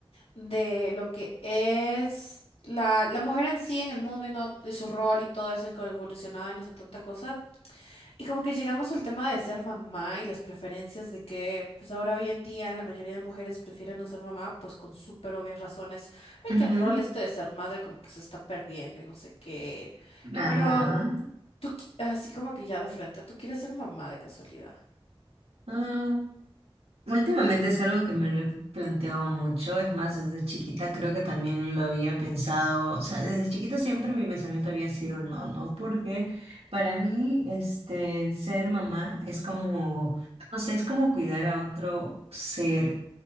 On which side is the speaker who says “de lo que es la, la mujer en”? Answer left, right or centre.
Left